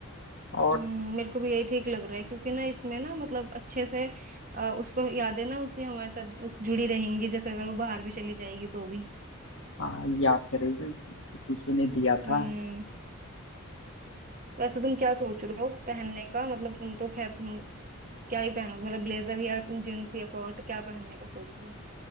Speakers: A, on the left (about 60°); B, on the right (about 40°).
A: और
B: हम्म, मेरे को भी यही ठीक लग रहा है क्योंकि ना इसमें ना मतलब अच्छे से अ, उसको यादें ना उसकी हमारे साथ उस जुड़ी रहेंगी जैसे अगर वो बाहर भी चली जाएगी तो भी
A: हाँ याद करेगी कि किसी ने दिया
B: हम्म
A: था
B: वैसे तुम क्या सोच रहे हो पहनने का मतलब तुम तो खैर तुम क्या ही पहनोगे मतलब ब्लेजर या जींस या कोट क्या पहनने का सोच रहे हो